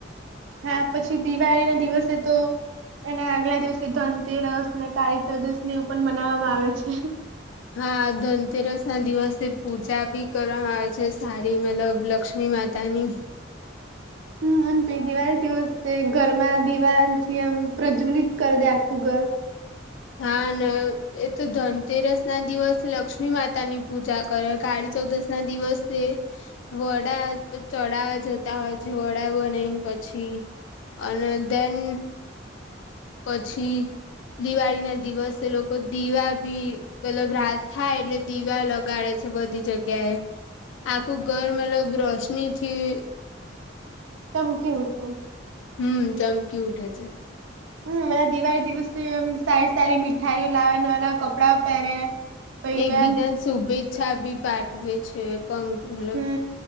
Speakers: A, on the right; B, on the left.
A: હા પછી દિવાળી ના દિવસે તો એના આગલા દિવસે ધનતેરસ ને કાળી ચૌદશ ને એવું પણ મનાવવામાં આવે છે.
B: હા ધનતેરસ ના દિવસે પૂજા ભી કરવામાં આવે છે સારી મતલબ લક્ષ્મી માતા તા ની
A: હમ પ દિવાળીથી વસ ઘરમાં દિવાન થી એમ પ્રજ્વલિત કર દે આખું ઘર.
B: હા ન એ તો ધનતેરસ ના દિવસે લક્ષ્મી માતા ની પૂજા કરે કાળી ચૌદશ ના દિવસે વડા તો ચડાવવા જતા હોય છે વડા બનાવીને પછી અને દેન પછી દિવાળી ના દિવસે લોકો દીવા ભી પેલ રાત થાય એટલે દીવા લગાડે છે બધી જગ્યા એ આખું ઘર મતલબ રોશનીથી
A: ચમકી ઉઠે.
B: હમ ચમકી ઉઠે છે.
A: હમ એ દિવાળી દિવસે સારી- સારી મીઠાઈઓ લાવે, નવા- નવા કપડા પહેરે. પહિ
B: એકબીજાને
A: એમ
B: શુભેચ્છા બી પાઠવે છે કંગ મતલબ
A: હમ